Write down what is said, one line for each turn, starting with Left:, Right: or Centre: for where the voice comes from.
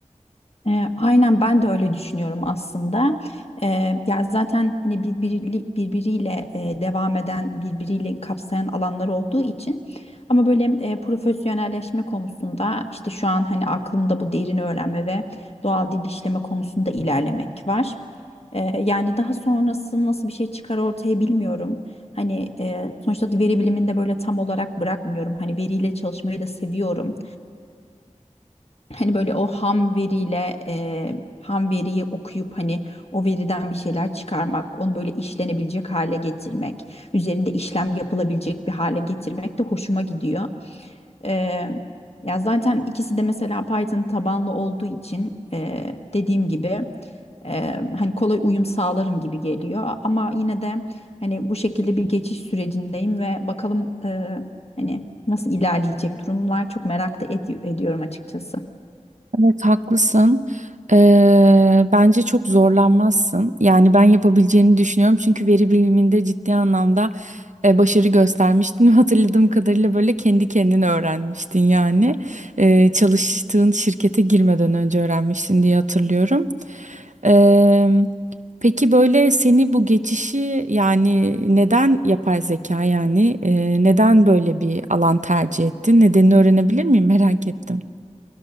Left: E, aynen ben de öyle düşünüyorum aslında. E, ya zaten hani birbiri, birbiriyle e, devam eden, birbiriyle kapsayan alanlar olduğu için. Ama böyle e, profesyonelleşme konusunda işte şu an hani aklımda bu derin öğrenme ve doğal dil işleme konusunda ilerlemek var. E, yani daha sonrası nasıl bir şey çıkar ortaya bilmiyorum. Hani e, sonuçta veri bilimini de böyle tam olarak bırakmıyorum. Hani veriyle çalışmayı da seviyorum. Hani böyle o ham veriyle e, ham veriyi okuyup hani o veriden bir şeyler çıkarmak, onu böyle işlenebilecek hale getirmek, üzerinde işlem yapılabilecek bir hale getirmek de hoşuma gidiyor. E, ya zaten ikisi de mesela Python tabanlı olduğu için e, dediğim gibi e, hani kolay uyum sağlarım gibi geliyor. Ama yine de hani bu şekilde bir geçiş sürecindeyim ve bakalım e, hani nasıl ilerleyecek durumlar çok merak da edi- ediyorum açıkçası.
Right: Evet haklısın. Ee, bence çok zorlanmazsın. Yani ben yapabileceğini düşünüyorum. Çünkü veri biliminde ciddi anlamda e, başarı göstermiştin. <laughs> Hatırladığım kadarıyla böyle kendi kendine öğrenmiştin yani. Ee, çalıştığın şirkete girmeden önce öğrenmiştin diye hatırlıyorum. Ee, peki böyle seni bu geçişi yani neden yapay zeka yani e, neden böyle bir alan tercih ettin? Nedenini öğrenebilir miyim? Merak ettim.